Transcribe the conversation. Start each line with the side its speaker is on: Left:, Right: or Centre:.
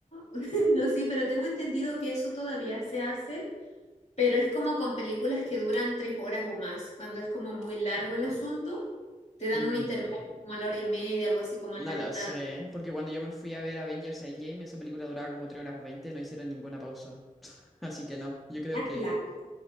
Left: <laughs> no, sí, pero tengo entendido que eso todavía se hace Pero es como con películas que duran tres horas o más. Cuando es como muy largo el asunto, te dan
Centre: Mm,
Left: un intervalo como a la hora y media, algo así como en
Centre: No
Left: la mitad.
Centre: lo sé, porque cuando yo me fui a ver Avengers Endgame, esa película duraba como 3 horas 20 no hicieron ninguna pausa. <laughs> Así que no, yo creo
Left: Ah,
Centre: que
Left: claro.